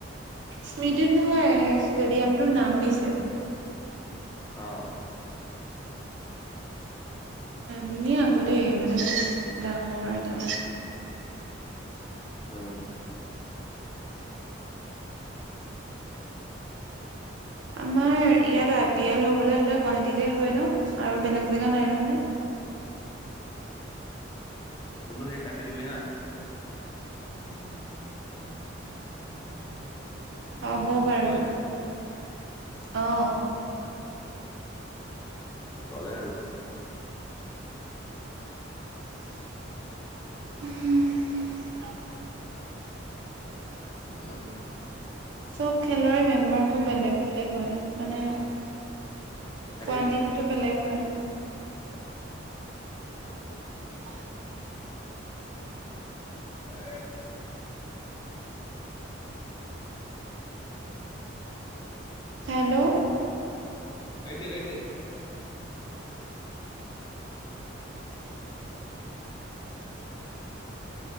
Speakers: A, on the right; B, on the left.
A: স্মৃতিত নহয় ষ্টেডিয়ামটোৰ নাম দিছে,
B: অঁ
A: ধুনীয়া আকৌ
B: আচ্ছা
A: দেই মানে বহুত ডাঙৰ এটা
B: অ
A: আমাৰ ইয়াত আই পি এল হবলৈ হলে গুৱাহাটীতে হয় ন আৰু বেলেগ জেগা নাই নহয়?
B: ফোনটো সেই কাটি দিবি হা!
A: <unintelligible> হব বাৰু
B: ঐ
A: অঁ।
B: চলে আৰু
A: হম
B: <unintelligible>
A: চব খেলৰে মেম্বাৰবোৰ বেলেগ বেলেগ হয়। মানে, কোৱানটিটিটো
B: কাটি দে
A: বেলেগ হয়। <inaudible>
B: <unintelligible>
A: <inaudible> হেল্ল'!
B: কাটি দে, কাটি দে।